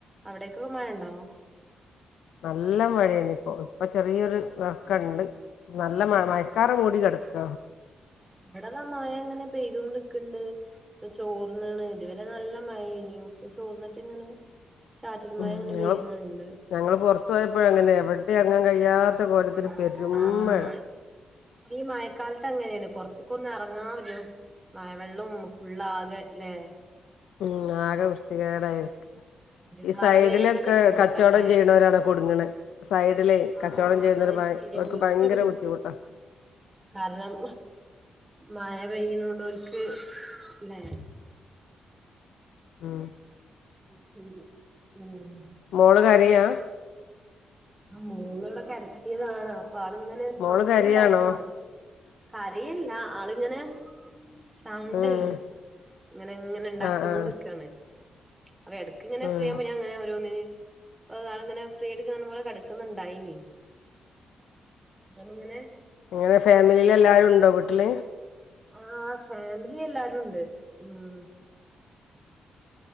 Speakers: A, on the right; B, on the left.
A: അവിടേയൊക്കെ മഴ ണ്ടോ?
B: നല്ല മഴയന്ന ഇപ്പോ ഇപ്പൊ ചെറിയൊരു എറക്കുണ്ട്. നല്ല മഴ മയക്കാറ് മൂടി കെടക്ക.
A: ഇവിടതാ മഴങ്ങനെ പെയ്തുണ്ടിരിക്ക്ണ്ട്. ഇപ്പൊ ചോർന്നാണ് ഇതുവരെ നല്ല മഴേനു ഇപ്പൊ ചോർന്നിട്ട് ഇങ്ങനെ. ചാറ്റൽ മഴ
B: ഉംഹ്
A: ഇങ്ങനെ
B: ഞങ്ങൾ
A: പെയ്യുന്നുണ്ട്
B: ഞങ്ങൾ പൊറത്ത് പോയപ്പോഴങ്ങനെയ എവിടെയും എറങ്ങാൻ കഴിയാത്ത ത്ത കോലത്തിൽ
A: ആഹ്
B: പെരും
A: ആഹ്
B: മഴ.
A: ഈ മഴക്കാലത്ത് അങ്ങനെയാണ് പൊർത്ത്കൊന്നും എറങ്ങാൻ പറ്റു. മഴവെള്ളും ഫുുള്ളാകെലെ.
B: ഉംഹ് ആക വൃ. കെതികേടായിരിക്കും ഈ
A: ട്രാവൽ
B: സൈഡിലൊക്കെ
A: ചെയ്യാൻ തന്നെ ബുദ്ധിമുട്ടാല്ലേ
B: കച്ചോടം ചെയ്യ്ണോരാണ് കുടുങ്ങ്ണ്. സൈഡിലേ
A: ആഹ്
B: കച്ചവടം ചെയ്യുന്നരു
A: അത്
B: ഭയ
A: ശരിയാ
B: അവർക്ക്
A: ഓൽക്കൊരു
B: ഭയങ്കര ബുദ്ധിമുട്ടാ.
A: കാരണം മഴ പെയ്യുണോണ്ട് ഓര്ക്ക് ല്ലേ
B: ഉംഹ്.
A: അയ് ശരി. ഉംഹ്
B: മോള് കരയാ?
A: ആ മോളിവിടെ കരച്ചിലാണ്. പ്പ ആൾ ങ്ങനെ സൗണ്ട്
B: മോള് കരയാണോ
A: ണ്ടാക്ക്കാണ്. കരയല്ല ആളിങ്ങനെ. സൗണ്ടേ
B: ഉം
A: ഇങ്ങനെങ്ങനെ ണ്ടാക്കിയോണ്ട്ക്കാണ്.
B: ആഹ് ആഹ്
A: അപ്പൊ എടുക്ക് ഇങ്ങനെ
B: ഉം
A: ഫ്രീ ആവുമ്പ ഞാങ്ങനെ ഓരോന്ന് ഏ ആൾങ്ങനെ ഫ്രീ. <unintelligible> കെടക്കുന്നുണ്ടായിനി. അ ഇങ്ങനെ
B: ങ്ങനെ ഫാമിലിയിൽ എല്ലാവരും ഉണ്ടോ വീട്ടില്?
A: ആ ഫാമിലി എല്ലാരും ഉണ്ട് ഉംഹ്.